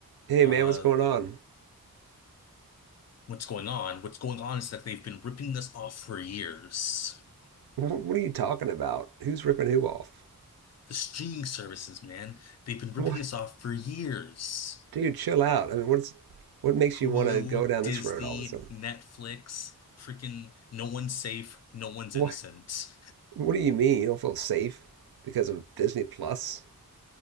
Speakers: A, on the right; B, on the left.
A: Hey
B: uh,
A: man, what's going on?
B: what's going on? What's going on is that they've been ripping us off for years.
A: What are you talking about? Who's ripping who off?
B: The streaming services, man, they've been ripping
A: What?
B: us off for years.
A: Dude, chill out. I mean, what's what makes
B: Hulu,
A: you want to go down
B: Disney,
A: this road all of a sudden?
B: Netflix, freaking no one's safe, no one's
A: What?
B: innocent.
A: What do you mean you don't feel safe because of Disney Plus?